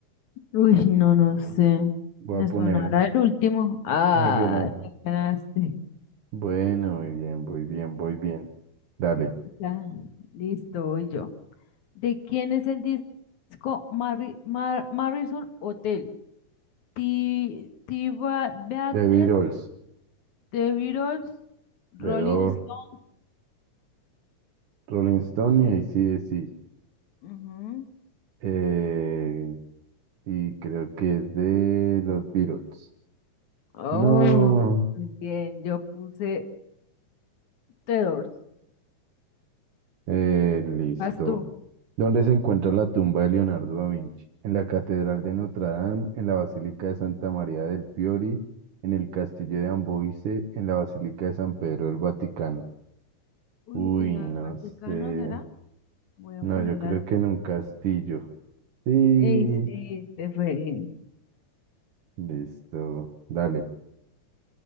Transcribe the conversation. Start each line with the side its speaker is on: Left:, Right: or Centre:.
Left: Uy, no, no sé.
Right: Voy
Left: Me
Right: a poner
Left: sonará el último. Ah,
Right: Miguel Ángel.
Left: me ganaste.
Right: Bueno, muy bien, muy bien, muy bien. Dale.
Left: Ya, listo, voy yo. ¿De quién es el disco Marri- Mar- Marrison Hotel? T. T. Ba- Beatles,
Right: The Beatles,
Left: The Beatles,
Right: The
Left: Rolling
Right: Door,
Left: Stone.
Right: Rolling Stone y AC/DC.
Left: Ujú.
Right: Eh, y creo que es de los Beatles.
Left: Oh,
Right: No,
Left: muy bien, yo puse Tedors.
Right: eh, listo.
Left: ¿vas tú.
Right: ¿Dónde se encuentra la tumba de Leonardo da Vinci? En la Catedral de Notre Dame, en la Basílica de Santa María del Fiori, en el Castillo de Amboise, en la Basílica de San Pedro del Vaticano.
Left: Uy,
Right: Uy,
Left: ¿en el
Right: no
Left: Vaticano
Right: sé.
Left: será? Voy a
Right: No,
Left: ponerla.
Right: yo creo
Left: al-
Right: que en un castillo. Sí,
Left: Ey, sí, este fue bien.
Right: listo. Dale.